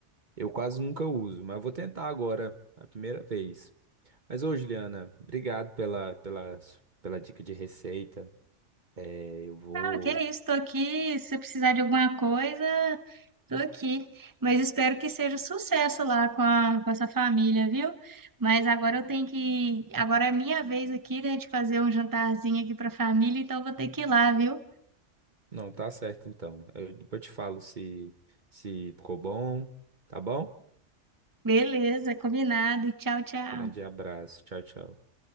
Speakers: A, on the right (about 40°); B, on the right (about 15°).
A: eu quase nunca uso, mas eu vou tentar agora, a primeira vez. Mas ô, Juliana, obrigado pela, pela, pela dica de receita. É, eu vou.
B: Ok, estou aqui. Se você precisar de alguma coisa, estou aqui. Mas espero que seja sucesso lá com a, com a sua família, viu? Mas agora eu tenho que. Agora é minha vez aqui, né, de fazer um jantarzinho aqui para a família, então eu vou ter que ir lá, viu?
A: Não, tá certo então. Eu depois eu te falo se, se ficou bom, tá bom?
B: Beleza, combinado. Tchau, tchau.
A: Grande abraço. Tchau, tchau.